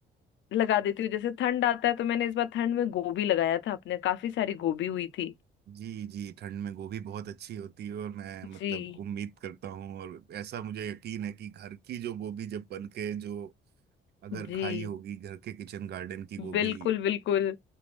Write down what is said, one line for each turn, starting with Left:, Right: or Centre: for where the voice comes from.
Left: लगा देती हूँ जैसे ठंड आता है तो मैंने इस बार ठंड में गोभी लगाया था अपने काफी सारी गोभी हुई थी
Right: जी जी ठंड में गोभी बहुत अच्छी होती है और मैं
Left: जी
Right: मतलब उम्मीद करता हूँ और ऐसा मुझे यकीन है कि घर की जो गोभी जब बन के जो अगर
Left: जी
Right: खाई होगी घर के किचन गार्डन की गोभी
Left: बिल्कुल बिल्कुल